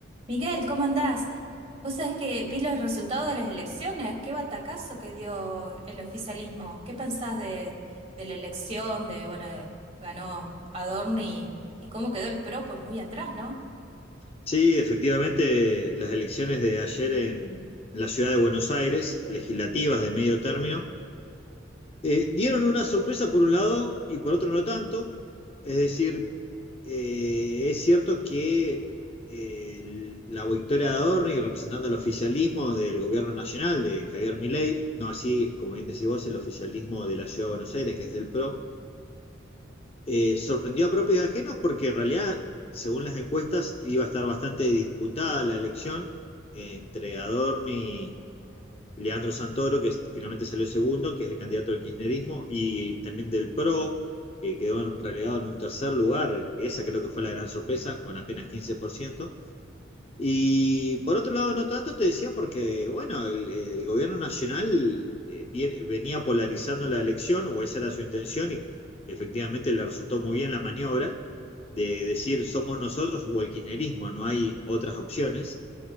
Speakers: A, on the right; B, on the left.
A: Miguel, ¿cómo andás? Vos sabés que vi los resultados de las elecciones, qué batacazo que dio el oficialismo. ¿Qué pensás de, de la elección, de, bueno, de- ganó Adorno y, y cómo quedó el PRO? Pues muy atrás, ¿no?
B: Sí, efectivamente, las elecciones de ayer en la ciudad de Buenos Aires, legislativas de medio término, eh, dieron una sorpresa por un lado y por otro no tanto. Es decir, eh, es cierto que eh, la victoria de Adorni representando el oficialismo del gobierno nacional de Javier Milei, no así, como bien decís vos, el oficialismo de la ciudad de Buenos Aires, que es del PRO, eh, sorprendió a propios y ajenos porque en realidad, según las encuestas, iba a estar bastante disputada la elección eh, entre Adorni y Leandro Santoro, que es- finalmente salió segundo, que es el candidato del kirchnerismo, y también del PRO, que quedó relegado en un tercer lugar. Esa creo que fue la gran sorpresa, con apenas quince por ciento y por otro lado, no tanto te decía porque, bueno, el, el gobierno nacional eh, bien- venía polarizando la elección, o esa era su intención, y efectivamente le resultó muy bien la maniobra de decir somos nosotros o el kirchnerismo, no hay otras opciones.